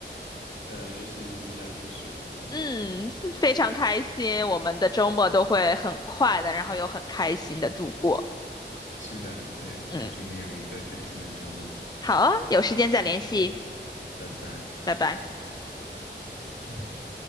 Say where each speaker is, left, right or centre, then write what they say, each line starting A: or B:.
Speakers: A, on the left; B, on the left.
A: 呃又是一笔大出血。嗯，
B: 嗯，非常开心，我们的周末都会很快的，然后又很开心的度过。
A: 是的，对，
B: 嗯，
A: 也祝你有一个开心的周末。
B: 好啊，有时间再联系，
A: 嗯哼，拜拜。
B: 拜拜。
A: 嗯。